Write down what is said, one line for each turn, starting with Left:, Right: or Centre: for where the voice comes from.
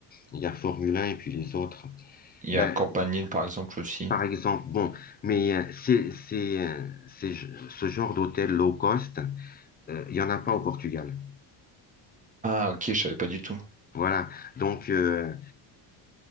Left: il y a Formule 1 et puis les autres.
Right: Il
Left: Ben,
Right: y a Campanile, par exemple, aussi.
Left: par exemple, bon, mais euh, c'est, c'est, euh, c'est ce genre d'hôtel low cost, euh, il n'y en a pas au Portugal.
Right: Ah, ok, je savais pas du tout.
Left: Voilà. Donc, euh,